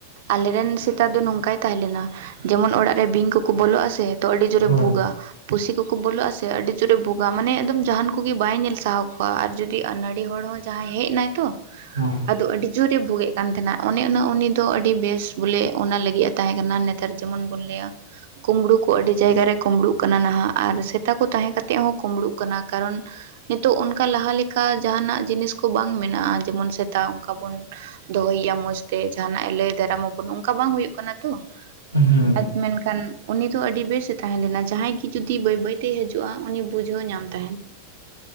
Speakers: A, on the right (about 55°); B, on the left (about 80°).
A: ᱟᱞᱮ ᱨᱮᱱ ᱥᱮᱛᱟ ᱫᱚ ᱱᱚᱝᱠᱟᱭ ᱛᱟᱦᱮᱸ ᱞᱮᱱᱟ, ᱡᱮᱢᱚᱱ ᱚᱲᱟᱜ ᱨᱮ ᱵᱤᱧ ᱠᱚᱠᱚ ᱵᱚᱞᱚᱜᱼᱟ ᱥᱮ ᱛᱚ ᱟᱹᱰᱤ ᱡᱳᱨ
B: ᱦᱳᱭ
A: ᱮ ᱵᱷᱩᱜ-ᱟ, ᱯᱩᱥᱤ ᱠᱚ ᱠᱚ ᱵᱚᱞᱚᱜ ᱟ ᱥᱮ ᱟᱹᱰᱤ ᱡᱳᱨᱮ ᱮ ᱵᱷᱩᱜᱟ, ᱢᱟᱱᱮ ᱮᱠ ᱫᱚᱢ ᱡᱟᱦᱟᱱ ᱠᱚᱜᱮ ᱵᱟᱭ ᱧᱮᱞ ᱥᱟᱦᱟᱣ ᱠᱚᱣᱟ, ᱟᱨ ᱡᱩᱫᱤ ᱟᱹᱱᱟᱲᱤ ᱦᱚᱲ ᱦᱚᱸ ᱡᱟᱦᱟᱸᱭ ᱦᱮᱡ ᱱᱟᱭ ᱛᱚ,
B: ᱦᱮᱸ
A: ᱟᱫᱚ ᱟᱹᱰᱤ ᱡᱳᱨᱮ ᱵᱷᱩᱜᱮᱫ ᱠᱟᱱ ᱛᱟᱦᱮᱱᱟ, ᱚᱱᱮ ᱚᱱᱟ ᱩᱱᱤ ᱫᱚ ᱟᱹᱰᱤ ᱵᱮᱥ ᱵᱚᱞᱮ ᱚᱱᱟ ᱞᱟᱹᱜᱤᱫ ᱮ ᱛᱟᱦᱮᱸ ᱠᱟᱱᱟ᱾ ᱱᱮ ᱱᱮᱛᱟᱨ ᱡᱮᱢᱚᱱ ᱵᱚᱱ ᱞᱟᱹᱭᱟ, ᱠᱩᱢᱵᱽᱲᱩ ᱠᱚ ᱟᱹᱰᱤ ᱡᱟᱭᱜᱟ ᱨᱮ ᱠᱩᱢᱲᱩᱜ ᱠᱟᱱᱟ ᱱᱟᱦᱟᱜ, ᱟᱨ ᱥᱮᱛᱟ ᱠᱚ ᱛᱟᱦᱮᱸ ᱠᱟᱛ -ᱛᱮ ᱦᱚᱸ ᱠᱩᱢᱵᱽᱲᱩᱜ ᱠᱟᱱᱟ, ᱠᱟᱨᱚᱱ ᱱᱤᱛᱚᱜ ᱚᱱᱠᱟ ᱞᱟᱦᱟ ᱞᱮ -ᱠᱟ ᱡᱟᱦᱟᱱᱟᱜ ᱡᱤᱱᱤᱥ ᱠᱚ ᱵᱟᱝ ᱢᱮᱱᱟᱜᱼᱟ, ᱡᱮᱢᱚᱱ ᱥᱮᱛᱟ ᱚᱱᱠᱟ ᱵᱚᱱ ᱫᱚᱦᱚᱭ ᱮᱭᱟ ᱢᱚᱸᱡᱽ ᱛᱮ ᱡᱟᱦᱟ ᱱᱟᱜ ᱮ ᱞᱟᱹᱭ ᱫᱟᱨᱮ ᱢᱟᱵᱚᱱ, ᱚᱱᱠᱟ ᱵᱟᱝ ᱦᱩᱭᱩᱜ ᱠᱟᱱᱟ᱾ ᱛᱚ
B: ᱦᱮᱸ
A: ᱟᱨ ᱢᱮᱱᱠᱷᱟᱱ, ᱩᱱᱤ ᱫᱚ ᱟᱹᱰᱤ ᱵᱮᱥ ᱮ ᱛᱟᱦᱮᱸ ᱞᱮᱱᱟ᱾ ᱡᱟᱦᱟᱸᱭ ᱜᱮ ᱡᱩᱫᱤ ᱵᱟᱹᱭ ᱵᱟᱹᱭ ᱛᱮ, ᱦᱤᱡᱩᱜᱼᱟ ᱩᱱᱤ ᱵᱩᱡᱷᱟᱹᱣ ᱧᱟᱢ ᱛᱟᱦᱮᱱ᱾